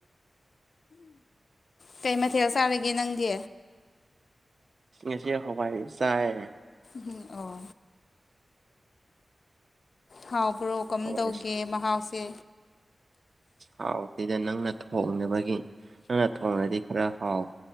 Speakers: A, on the left; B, on the right.
A: ꯀꯩ ꯃꯊꯦꯜ ꯆꯥꯔꯒꯦ ꯅꯪꯗꯤ
B: ꯁꯤ ꯉꯁꯤꯦ ꯈꯣꯄꯥꯏ ꯆꯥꯏ
A: ꯝ ꯑꯣ ꯍꯥꯎꯕ꯭ꯔꯣ ꯀꯔꯝ
B: ꯍꯋꯥꯏ
A: ꯇꯧꯒꯦ ꯃꯍꯥꯎꯁꯦ
B: ꯍꯥꯎꯁꯤꯗ ꯅꯪꯅ ꯊꯣꯡꯅꯕꯒꯤ ꯅꯪꯅ ꯊꯣꯡꯅꯗꯤ ꯈꯔ ꯍꯥꯎ